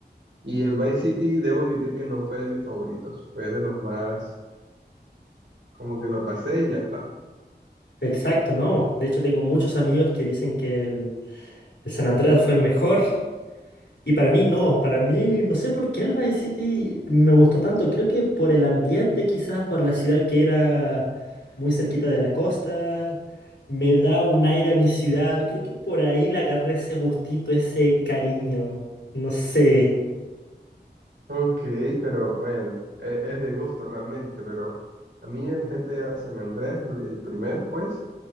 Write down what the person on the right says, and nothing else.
y el Vice City debo admitir que no fue de mis favoritos, fue de los más, como que lo pasé y ya está.
Ok, pero bueno, e- es, de gusto realmente, pero a mí el G T A San Andrés, el, el primero, pues,